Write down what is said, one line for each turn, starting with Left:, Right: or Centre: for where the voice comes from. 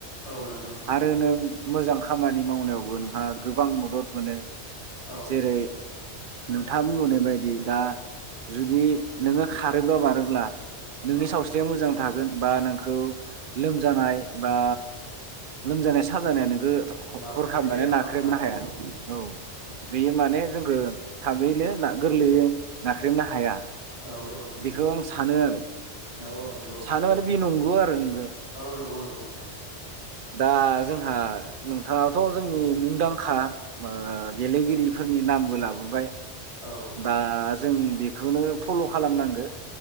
Left: औ नंगौ नोंथां
Right: आरो
Left: औ
Right: नों मोजां खामानि मावनायावबो नोंहा गोबां मदद मोनो
Left: औ
Right: जेरै नोंथाङा बुंबोनाय बायदि दा जुदि नोङो खारोब्ला बारोब्ला नोंनि
Left: औ
Right: सावस्रि मोजां थागोन बा नोंखौ लोमजानाय बा लोमजानाय साजानायानों
Left: बा
Right: हरखाबै
Left: खायसे
Right: माने
Left: बेरामानो
Right: नाख्रेबनो
Left: जा औ
Right: हाया औ बेयो माने जोङो थाबहैनो
Left: नाख्रेबनो
Right: ना गोरलैयो नाख्रेबनो हाया
Left: औ औ नंगौ
Right: बेखौ
Left: नोंथां
Right: आं
Left: औ
Right: सानो आरो
Left: औ औ नंगौ
Right: सानो
Left: थारैनो
Right: माने बे
Left: नोंथां
Right: नंगौ आरो नोंगौ
Left: औ नंगौ नंगौ नोंथां
Right: दा जोंहा नोंथाङाथ' जोंनि मुंदांखा ओ गेलेगिरिफोरनि नामबो लाबोबाय
Left: औ
Right: दास जों बेखौनो फल' खालामनांगो